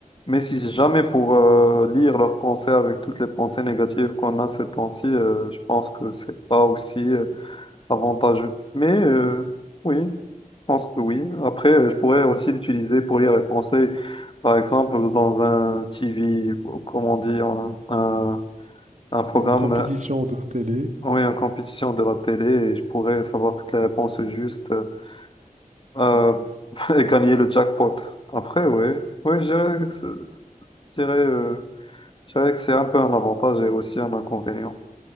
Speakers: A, on the left; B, on the right.
A: Mais si c'est jamais pour euh, lire leurs pensées avec toutes les pensées négatives qu'on a ces temps-ci, euh, je pense que c'est pas aussi. euh, avantageux. Mais euh, oui, je pense que oui. Après, euh, je pourrais aussi l'utiliser pour lire les pensées, par exemple, dans un TV, ou comment on dit, un, un, un programme,
B: Une compétition
A: euh,
B: de télé.
A: oui, une compétition de la télé, et je pourrais savoir toutes les réponses justes euh, euh, <laughs> et gagner le jackpot. Après, oui, oui, je dirais que c'est je dirais, euh, je dirais que c'est un peu un avantage et aussi un inconvénient.